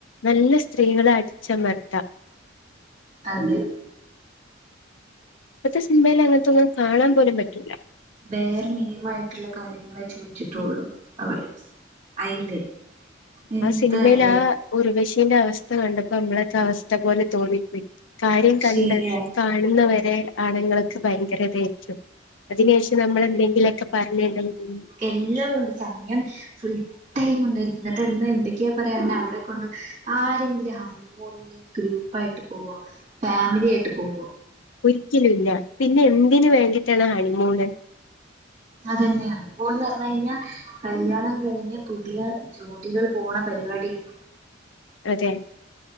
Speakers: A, on the left; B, on the right.
A: നല്ല സ്ത്രീകളെ അടിച്ചമർത്ത.
B: അതെ.
A: ഇപ്പത്തെ സിനിമേൽ അങ്ങനത്തെൊന്നും കാണാൻ പോലും പറ്റൂല്ല.
B: വേറെ മിനിമായിട്ടുള്ള കാര്യങ്ങളെ ചോദിച്ചിട്ടുള്ളൂ. അവര് അയില്. എന്താലേ
A: ആ സിനിമേൽ ആ. ഊർവശീന്റെ അവസ്ഥ കണ്ടപ്പോ നമ്മളൊക്കെ അവസ്ഥ പോലെ തോന്നിപ്പോയി കാര്യം കണ്ട്
B: ശരിയാ
A: കാണുന്നവരെ ആണുങ്ങൾക്ക് ഭയങ്കര ഇതെ അതിനേഷം നമ്മൾ എന്തെങ്കിലൊക്കെ പറഞ്ഞട്ടുണ്ടെങ്ക-
B: എല്ലതൊണ്ട്. സമയം ഫു- ടൈം ഉണ്ടായിരിക്കുന്നട്ട് എന്തൊക്കെയാ പറയാ എന്നെ അവിടെ കൊണ്ട് പോകും. ആരെങ്കിലും ഹണിമൂൺ ഗ്രൂപ്പായിട്ട് പോവ. ഫാമിലി ആയിട്ട് പോവ.
A: ഒരിക്കലുംല്ല. പിന്നെ എന്തിന് വേണ്ടിയിട്ടാണ് ഹണിമൂണ്?
B: അതന്നെയാണ്. പോൾ ന്ന് പറഞ്ഞഞ് കഴിഞ്ഞാ- കല്ല്യാണം കഴിഞ്ഞ് പുതിയ ജോഡികൾ പോണ പരിപാടിയാണ്.
A: അതെ.